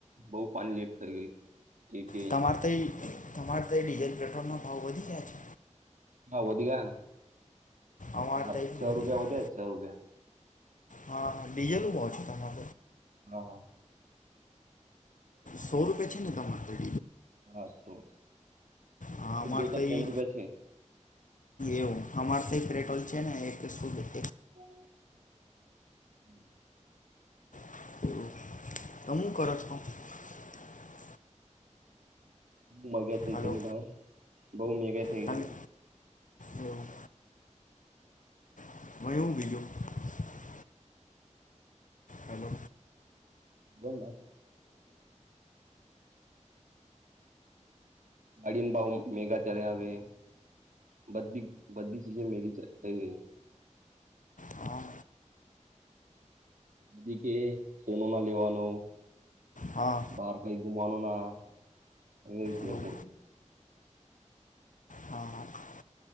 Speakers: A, on the right; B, on the left.
A: બઉ પાણી લેટ કર ગઈ. એક એ કે
B: તમારે તો એ તમારે તો એ ડીઝલ પેટ્રોલ ના ભાવ વધી ગયા છે.
A: હા વધધ્યાના.
B: અમારે
A: ચાર
B: તઈ બી
A: છ
B: વધી
A: રૂપિયા
B: ગયા
A: વધે છ રૂપિયા.
B: હા
A: સ
B: હા ડીઝલનું ભાવ છે તમારે
A: હા.
B: સો રૂપે છે ને તમારે ત્યાં?
A: હાછો
B: હા અમારે
A: બે ક્યાં
B: તઈ
A: પંદ રૂપિયા છે.
B: એવું અમાર તો પેટ્રોલ છે ને એક સુધી
A: હમ <inaudible>
B: <unintelligible>
A: હ મગા ઈ
B: હલો
A: છેની ભાઈ. બહુ મેહંગા થઇ
B: તમે
A: ગયાને?
B: એવું <inaudible> હલો
A: <unintelligible> ગાડીને ભાવ મેહંગા ચાલ્યા આવે બધી બધી ચીજો મેહંગી ચા થઈ ગઈ.
B: હા
A: <unintelligible> કે સોનો ના લેવાનો
B: હા
A: બહાર કઈ ઘુમાનો ના એ રીતને
B: એવું
A: <unintelligible>
B: હા હા